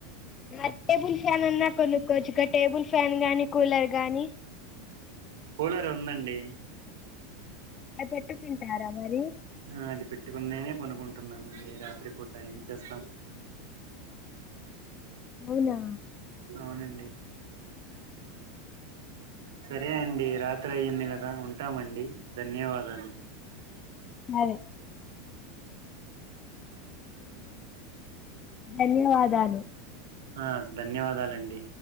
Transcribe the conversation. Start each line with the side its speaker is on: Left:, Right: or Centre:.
Left: మర్ టేబుల్ ఫ్యాన్ అన్నా కొనుక్కోవచ్చుగా టేబుల్ ఫ్యాన్ గాని కూలర్ గాని
Right: కూలర్ ఉందండి
Left: అ పెట్టుకుంటారా మరి
Right: ఆ అది పెట్టుకున్ననే కొనుకుంటున్నామండి రాత్రి పూట ఏం చేస్తాం
Left: అవునా
Right: అవునండి సరే అండి రాత్రి అయింది కదా ఉంటామండి ధన్యవాదాలు
Left: సరే ధన్యవాదాలు
Right: ఆ ధన్యవాదాలండి